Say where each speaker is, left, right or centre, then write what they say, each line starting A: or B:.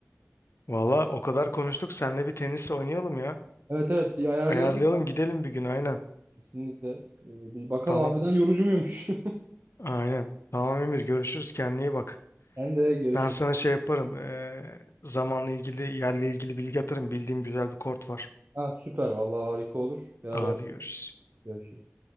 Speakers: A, on the left (about 65°); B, on the right (about 45°).
A: Valla o kadar konuştuk. Seninle bir tenis oynayalım ya.
B: Evet evet bir ayarlayalım
A: Ayarlayalım gidelim bir gün aynen.
B: kesinlikle. Ee, Bir bakalım
A: Tamam.
B: harbiden yorucu muymuş? <laughs>
A: Aynen. Tamam Emir görüşürüz kendine iyi bak.
B: Sen de görüşürüz.
A: Ben sana şey yaparım. eee, zamanla ilgili yerle ilgili bilgi atarım. Bildiğim güzel bir kort var.
B: Ha, süper. Vallahi harika olur. Beraber
A: Hadi görüşürüz.
B: görüşürüz.